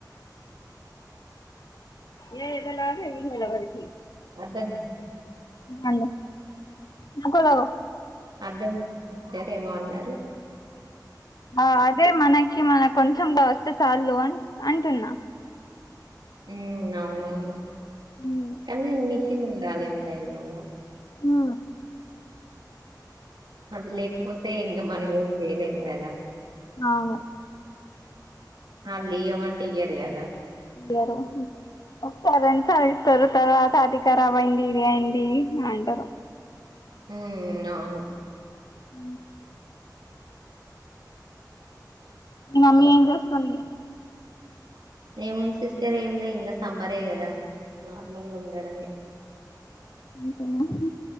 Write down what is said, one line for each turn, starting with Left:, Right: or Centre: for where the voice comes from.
Left: ఏ ఎగ లాలి నెలవరికి
Right: అర్ధం
Left: మాంగో నాకుడ కావో
Right: అడ్డము చేత ఏదో అన్నరు
Left: ఆ అదే మన మనకి కొంచెం కావస్తే చాల్దూ అంటున్నా
Right: హుమ్ అవునవును
Left: ఉమ్
Right: కనీ మిస్ తినుండాలి ఎంతైనా గూడ
Left: ఆ
Right: అది లేకపోతే ఇంకా మనమేం చేయలేం గదా
Left: అవు
Right: మళ్లీ ఇయ్యమంటే ఇయ్యారు కదా
Left: ఇయర్ ఒకసారి రెండు సా ఇస్తారు తర్వాత అది కరాబైంది ఇది అయింది అంటారు
Right: హ అవును
Left: హ మీ మమ్మీ ఏం చేస్తుంది
Right: ఏముంది సిస్టర్ ఏమి లే ఇంకా సమ్మరే కదా నార్మల్గా ఉండడమే
Left: ఇంక నాకు